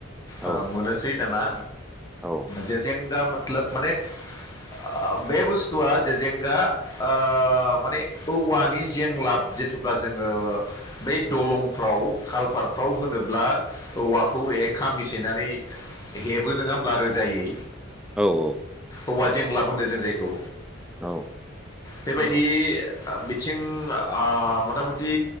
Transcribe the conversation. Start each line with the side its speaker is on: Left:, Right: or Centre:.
Centre: औ
Left: ओ मोनोसै दाना
Centre: औ
Left: जेजेंगा मोतलोब माने ओ बे बुस्थुआ जेेजेंगा ओ माने औवानि जेंलाब जेथुब्ला जोङो बै दलंफ्राव खालपारफ्राव होनोब्ला औवाखौ खामि सैनानै हेबो नङा होमब्ला रोजायै
Centre: औ औ
Left: औवा जेंलाब होनो जों जायखौ
Centre: औ
Left: बेबायदि
Centre: नंगौ
Left: बिथिं आ मथा मथि